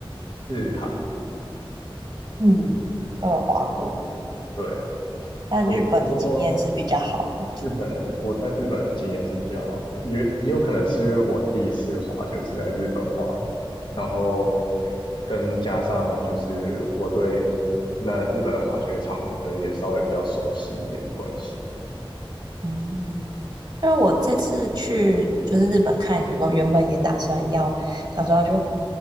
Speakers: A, on the left; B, on the right.
A: 日韩，
B: 嗯，都有滑过，
A: 对，
B: 但日本的经验是比较好的。
A: 不过不过日本人，我在日本的经验是比较好的，也也有可能是因为我第一次滑就是在日本滑，然后跟加上就是我对那日本的滑雪场可能也稍微比较熟悉一点的关系。
B: 嗯，因为我这次去就是日本看雪的时候，原本也打算要想说要去